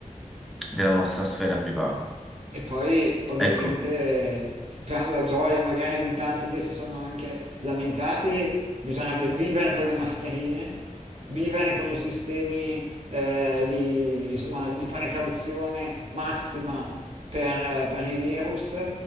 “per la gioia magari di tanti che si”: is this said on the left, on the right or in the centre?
Right